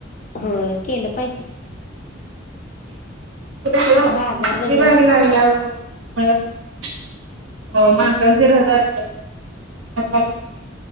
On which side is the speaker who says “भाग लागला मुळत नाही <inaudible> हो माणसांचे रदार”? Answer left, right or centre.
Right